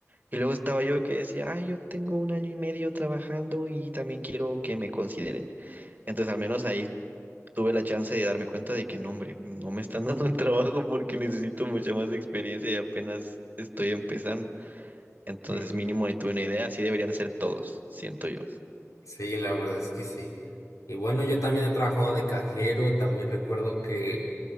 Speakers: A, on the right; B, on the left.
A: Y luego estaba yo que decía, ay, yo tengo un año y medio trabajando y también quiero que me consideren. Entonces, al menos ahí tuve la chance de darme cuenta de que no, hombre, no me están <laughs> dando el trabajo porque necesito mucha más experiencia y apenas estoy empezando. Entonces,
B: Sí,
A: mínimo ahí tuve una idea, así deberían de ser todos, siento yo.
B: Sí, la verdad es que sí. Y bueno, yo también he trabajado de cajero, también recuerdo que